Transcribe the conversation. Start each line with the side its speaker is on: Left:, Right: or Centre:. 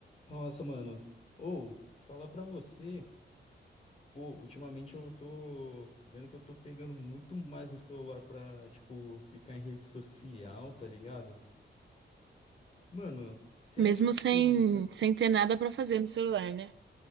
Left: Nossa, mano. Ou, falar pra você, pô, ultimamente eu tô vendo que eu tô pegando muito mais no celular pra, tipo, ficar em rede social, tá ligado? Mano, você
Right: Mesmo
Left: acha que
Right: sem,
Left: se eu.
Right: sem ter nada pra fazer no celular, né?